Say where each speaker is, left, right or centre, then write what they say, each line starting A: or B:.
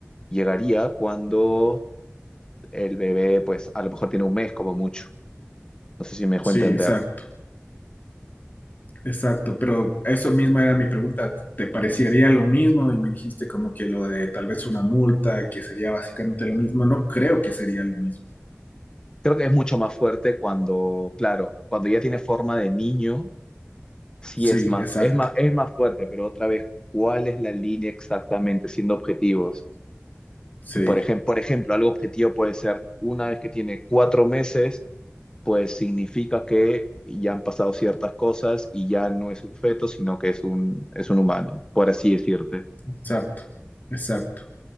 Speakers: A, on the left; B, on the left.
A: llegaría cuando el bebé pues a lo mejor tiene un mes como mucho. No sé si me dejó
B: sí,
A: entender.
B: exacto, exacto. Pero eso mismo era mi pregunta, ¿te parecería lo mismo? Y me dijiste como que lo de tal vez una multa, que sería básicamente lo mismo. No creo que sería lo mismo.
A: Creo que es mucho más fuerte cuando, claro, cuando ya tiene forma de niño, sí
B: Sí,
A: es más,
B: exacto,
A: es más, es más fuerte, pero otra vez, ¿cuál es la línea exactamente siendo objetivos?
B: sí,
A: Por ejemplo, por ejemplo, algo objetivo puede ser, una vez que tiene cuatro meses, pues significa que ya han pasado ciertas cosas y ya no es un feto, sino que es un, es un humano, por así decirte.
B: exacto, exacto.